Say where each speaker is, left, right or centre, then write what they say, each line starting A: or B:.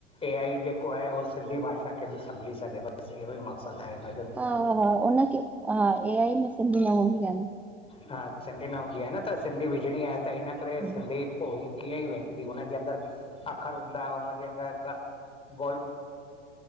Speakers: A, on the left; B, in the centre.
A: ए आई जेको आहे हू सिंधी भाषा खे बि सम्झी सघे बसि इहो ई मक़सदु आहे हिननि जो।
B: हा हा हा उनखे हा ए आई में सिंधी न हूंदी आहे न।
A: हा सिंधी न हूंदी आहे न त सिंधी विझणी आहे त हिन करे
B: हम्म
A: सिंधी पोइ ई कीअं ई वेंदी हुनजे अंदरि अख़र हूंदा हुनजे अंदरि बोल